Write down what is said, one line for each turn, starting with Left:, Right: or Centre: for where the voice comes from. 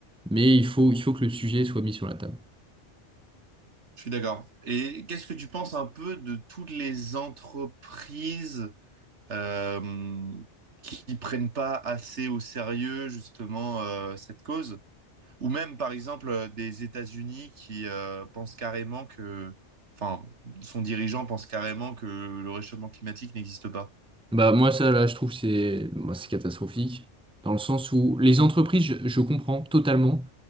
Centre: Mais il faut, il faut que le sujet soit mis sur la table.
Right: Je suis d'accord. Et qu'est-ce que tu penses un peu de toutes les entreprises euh, qui ne prennent pas assez au sérieux justement euh, cette cause? Ou même par exemple euh, des États-Unis qui euh, pensent carrément que, enfin, son dirigeant pense carrément que le réchauffement climatique n'existe pas.
Centre: Bah moi ça là je trouve que c'est moi, c'est catastrophique dans le sens où les entreprises je, je comprends totalement